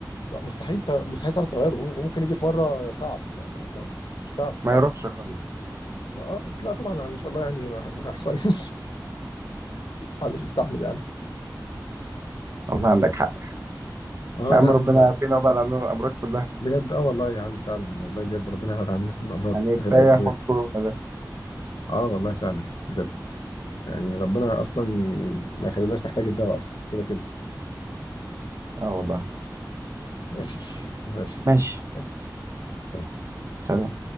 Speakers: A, on the left (about 80°); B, on the right (about 40°).
A: لا مستحيل ت- مستحيل تعرف تغيره وم- وممكن يجي في مره صعب يعني انت مش تعرف فعلا
B: ما يروحش خالص
A: ما- اه بس لا طبعا يعني ان شاء الله يعني ما ما يحصلش <laughs> انا مش مستحمل يا عم
B: والله عندك حق
A: اه
B: يا عم
A: يا عم
B: ربنا يعافينا وبعد عن الامراض كلها
A: بجد اه والله يا عم فعلا والله بجد ربنا يبعد عننا كل الامراض
B: يعني كفاية
A: من غير اي ادويه
B: حوار كورونا ده
A: اه والله فعلا بجد يعني ربنا اصلا ما يخليناش نحتاج الدواء اصلا كده كده
B: اه والله
A: ماشي ماشي
B: ماشي
A: يلا، سلام
B: سلام